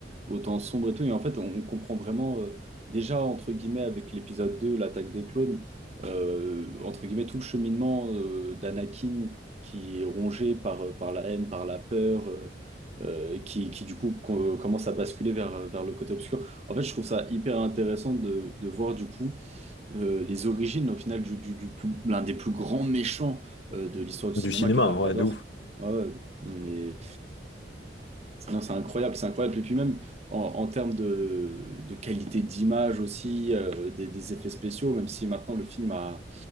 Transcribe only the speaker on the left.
du
cinéma,
hein,
ouais, de ouf.